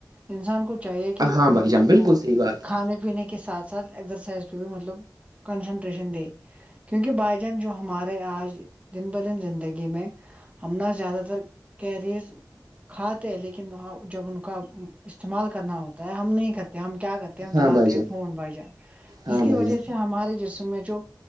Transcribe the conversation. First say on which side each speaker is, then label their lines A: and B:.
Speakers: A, on the right; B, on the right.
A: انسان کو چاہیے کہ
B: ہاں
A: اگر
B: بھائی جان بالکل
A: وہ
B: صحیح بات
A: کھانے پینے کے ساتھ ساتھ ایکسرسائز پہ بھی مطلب کنسنٹریشن دے کیونکہ بائی جان جو ہمارے آج دن بہ دن زندگی میں ہم نہ زیادہ تر کلوریز کھاتے ہیں لیکن وہ جب ان کا استعمال کرنا ہوتا ہے ہم نہیں کرتے ہم کیا کرتے ہیں ہم چلاتے
B: ہاں بھائی جان
A: ہیں فون بھائی جان جس
B: ہاں
A: کی
B: بھائی
A: وجہ
B: جان
A: سے ہمارے جسم میں جو